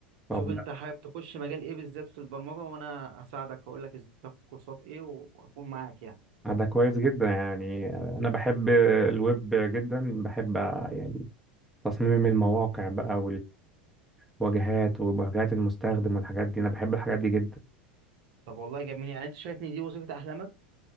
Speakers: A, in the centre; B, on the right.
A: طب لا
B: انت حابب تخش مجال ايه بالذات في البرمجه وانا هساعدك هقول لك ازاي تاخد كورسات ايه وهكون معاك يعني
A: ده كويس جدا يعني انا بحب الويب جدا بحب يعني تصميم المواقع بقى والواجهات وواجهات المستخدم والحاجات دي انا بحب الحاجات دي جدا
B: طب والله جميل يعني انت شايفني دي وظيفه احلامك